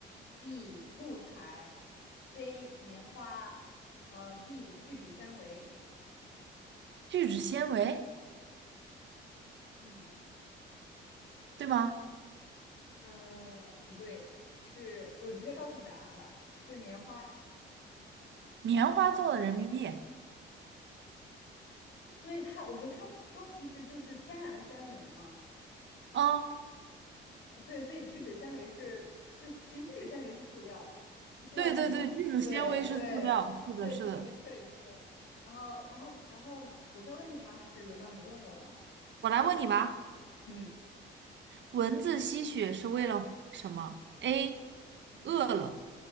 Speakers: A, on the left; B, on the right.
A: ，B 木材，C 棉花，呃，D 聚酯纤维。
B: 聚酯纤维，
A: 嗯，
B: 对吗？
A: 呃，不对，是我直接告诉你答案吧，是棉花。
B: 棉花做的人民币。
A: 对它，我觉得它它其实就是天然的纤维嘛。
B: 嗯，
A: 所对，所以聚酯纤维是是，其实聚酯纤维是塑料，是塑料的一种。
B: 对对对，聚酯纤维是塑料。
A: 对对对，
B: 是的，是的。
A: 这是一个 trick。对，然后然后然后我再问你吗？还是轮到你问我了？
B: 我来问你吧，
A: 嗯
B: 蚊子吸血是为了什么？A.
A: 嗯，
B: 饿了